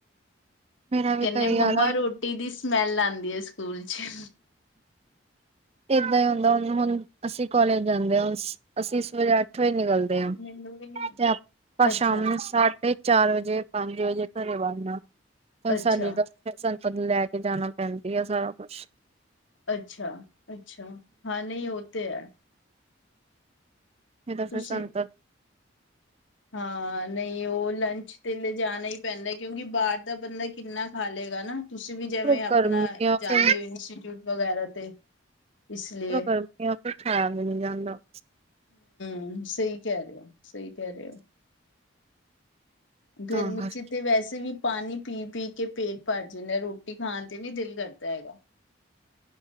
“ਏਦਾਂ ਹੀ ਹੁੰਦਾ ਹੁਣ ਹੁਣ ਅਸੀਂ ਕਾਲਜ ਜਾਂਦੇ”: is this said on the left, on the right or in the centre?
Right